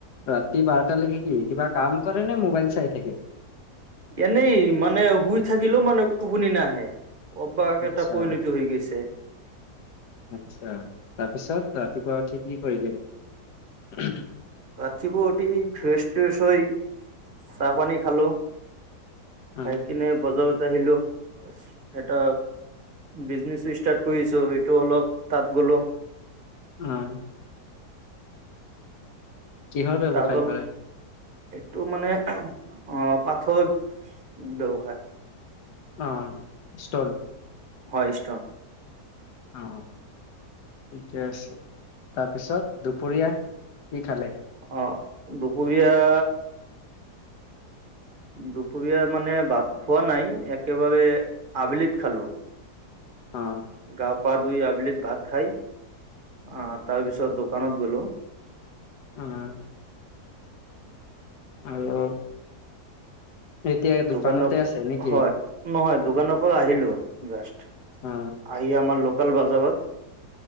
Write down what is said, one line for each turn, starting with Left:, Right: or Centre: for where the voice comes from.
Left: ৰাতি বাৰটালৈকে কি, কিবা কাম কৰে নে? ম'বাইল চাই থাকে?
Right: এনেই মানে শুই থাকিলেও মানে টোপনি নাহে। অভ্যাস
Left: আচ্ছা
Right: এটা পৰিণত হৈ গৈছে।
Left: আচ্ছা তাৰপিছত, ৰাতিপুৱা উঠি কি কৰিলে? <inaudible>
Right: ৰাতিপুৱা উঠী ফ্ৰেছ-ট্ৰেচ হৈ চাহ-পানী খালো।
Left: অ
Right: খাই কিনে বজাৰত আহিলো। এটা বিজনেচ ষ্টাৰ্ট কৰিছো। এইটো অলপ তাত গ'লো।
Left: উম। কিহৰ ব্যৱসায়
Right: তাত অলপ
Left: কৰে?
Right: এইটো মানে, অ পাথৰ ব্যৱসায়।
Left: অ, ষ্ট'ন।
Right: হয় ষ্টন।
Left: অ, ঠিকে আছে। তাৰপিছত দুপৰীয়া কি খালে?
Right: অ, দুপৰীয়া দুপৰীয়া মানে ভাত খোৱা নাই। একেবাৰে আবেলিত খালো।
Left: অ।
Right: গা-পা ধুই আবেলিত ভাত খাই, অ তাৰ পিছত দোকানত গ'লো।
Left: উম। আৰু এতিয়া দোকানতে
Right: দোকানৰ
Left: আছে নেকি
Right: হয়, নহয় দোকানৰ পৰা আহিলো জাষ্ট। <unintelligible>
Left: অ
Right: এই আমাৰ লোকেল বাজাৰত